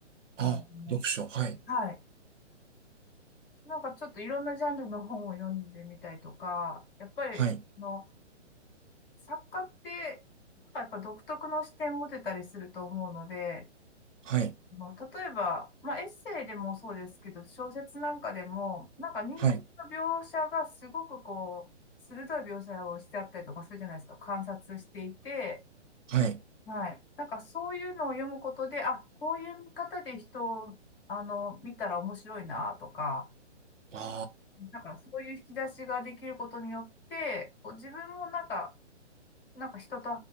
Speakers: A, on the left; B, on the right.
A: あの、
B: あ、読書、はい、
A: はい。なんかちょっといろんなジャンルの本を読んでみたいとか、やっぱり、
B: はい、
A: の作家って、なんかやっぱ独特の視点持てたりすると思うので、
B: はい、
A: もう例えば、まあ、エッセイでもそうですけど、小説なんかでも、なんか人間
B: はい、
A: の描写がすごくこう、鋭い描写をしてあったりとかするじゃないですか。観察していて、
B: はい、
A: はい。なんかそういうのを読むことで、あ、こういう見方で人を、あの、見たら面白いなとか、
B: あ
A: なんかそういう引き出しができることによって、こう自分もなんかなんか人と